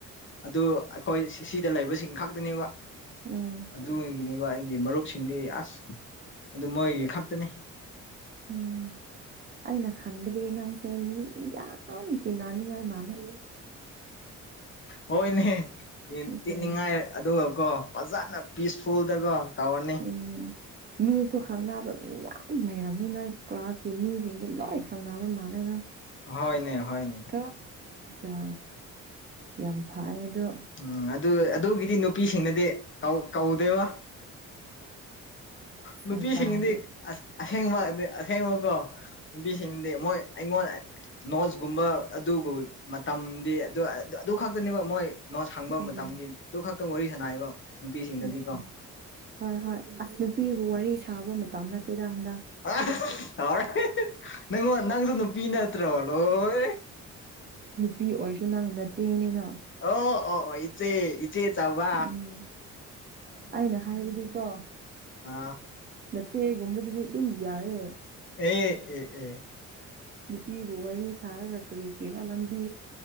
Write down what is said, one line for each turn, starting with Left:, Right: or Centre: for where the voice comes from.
Left: ꯑꯗꯨ ꯑꯩꯈꯣꯏ ꯁꯤꯗ ꯂꯩꯕꯁꯤꯡ ꯈꯛꯇꯅꯦꯕ
Right: ꯎꯝ
Left: ꯑꯗꯨ ꯑꯣꯏꯒꯤꯅꯦꯕ ꯑꯩꯒꯤ ꯃꯔꯨꯞꯁꯤꯡꯗꯤ ꯑꯁ ꯑꯗꯨ ꯃꯣꯏꯒꯤ ꯈꯛꯇꯅꯤ
Right: ꯎꯝ ꯑꯩꯅ ꯈꯟꯕꯗꯤ ꯅꯪꯁꯦ ꯃꯤ ꯌꯥꯝ ꯇꯤꯟꯅꯅꯤꯡꯉꯥꯏ ꯃꯥꯜꯂꯦ
Left: ꯍꯣꯏꯅꯦ
Right: ꯎꯝ
Left: ꯇꯤꯅꯤꯡꯉꯥꯏ ꯑꯗꯨꯒꯀꯣ ꯐꯖꯅ ꯄꯤꯁꯐꯨꯜꯗꯀꯣ ꯇꯧꯔꯅꯤ
Right: ꯎꯝ ꯃꯤꯁꯨ ꯈꯪꯅꯕ ꯃꯤ ꯌꯥꯝ ꯂꯩꯔꯝꯅꯤ ꯅꯣꯏ ꯀ꯭ꯂꯥꯁꯀꯤ ꯃꯤꯁꯤꯡꯁꯨ ꯂꯣꯏ ꯈꯪꯅꯕ ꯃꯥꯜꯂꯦ ꯅꯪ
Left: ꯍꫭꯢꯅꯦ ꯍꫭꯢꯅꯦ
Right: ꯀꯣ ꯖꯥ ꯌꯥꯝ ꯐꯥꯢꯌꯦ ꯑꯗꯨ
Left: ꯎꯝ ꯑꯗꯨ ꯑꯗꯨꯒꯤꯗꯤ ꯅꯨꯄꯤꯁꯤꯡꯗꯗꯤ ꯀꯧ ꯀꯧꯗꯦꯕ
Right: ꯁꯥꯏꯄꯥꯗꯤ
Left: ꯅꯨꯄꯤꯁꯤꯡꯗꯤ ꯑꯁ ꯑꯁꯦꯡꯕ ꯑꯁꯦꯡꯕꯀꯣ ꯅꯨꯄꯤꯁꯤꯡꯗꯤ ꯃꯣꯏ ꯑꯩꯉꯣꯟ ꯅꯣꯠꯁꯀꯨꯝꯕ ꯑꯗꯨꯒꯨ ꯃꯇꯝꯗꯤ ꯑꯗꯨ ꯑꯗꯨ ꯈꯛꯇꯅꯦꯕ ꯃꯣꯏ ꯅꯣꯠꯁ ꯍꯪꯕ
Right: ꯎꯝ
Left: ꯃꯇꯝꯒꯤ ꯑꯗꯨ ꯈꯛꯇ ꯋꯥꯔꯤ ꯁꯥꯟꯅꯌꯦꯕ ꯅꯨꯄꯤꯁꯤꯡꯗꯗꯤꯀꯣ
Right: ꯎꯝ ꯍꯣꯏ ꯍꯣꯏ ꯑꯁ ꯅꯨꯄꯤꯕꯨ ꯋꯥꯔꯤ ꯁꯥꯕ ꯃꯇꯝ ꯅꯠꯇꯦꯗ ꯍꯟꯗꯛ
Left: ꯑ ꯇꯧꯔꯦ ꯅꯉꯣꯟ ꯅꯪꯁꯨ ꯅꯨ ꯄꯤ ꯅꯠꯇ꯭ꯔꯣ ꯂꯣꯢꯔꯦ
Right: ꯄꯤ ꯑꯣꯏꯔꯁꯨ ꯅꯪ ꯅꯆꯦꯅꯤꯅ
Left: ꯑꯣ ꯑꯣ ꯑꯣ ꯏꯆꯦ ꯢ ꯆꯦ ꯆꯥꯎꯕ
Right: ꯎꯝ ꯑꯩꯅ ꯍꯥꯏꯕꯗꯤꯀꯣ
Left: ꯑ
Right: ꯅꯆꯦꯒꯨꯝꯕꯗꯨꯗꯤ ꯑꯗꯨꯝ ꯌꯥꯏꯌꯦ
Left: ꯑꯦ ꯑꯦ ꯑꯦ
Right: ꯅꯨꯄꯤꯕꯨ ꯋꯥꯔꯤ ꯁꯥꯔꯒ ꯀꯔꯤꯀꯤꯔꯥ ꯂꯝꯕꯤ